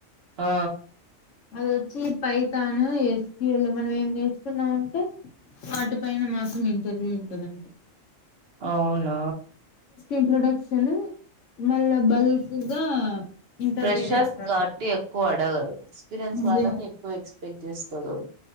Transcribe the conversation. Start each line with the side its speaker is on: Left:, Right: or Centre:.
Right: ఆ
Left: అదొచ్చి పైతాను ఎస్పి వొళ్ళం మనం ఏం నేర్చుకున్నామంటే. పాట పైన మాత్రం. ఇంటర్వ్యూ ఉంటదనమాటా.
Right: అవునా
Left: ఇన్ట్రడక్షన్ మళ్ళా బల్క్ గా ఇంటర్వ్యూ
Right: ఫ్రెషర్ప్
Left: చేస్తారు
Right: గావ్ట్టి ఎక్కువ అడగరు ఎక్స్పీరియన్స్ వాళ్ళకి
Left: అదే
Right: ఎక్కువ ఎక్స్పెక్ట్ చేస్ స్తారు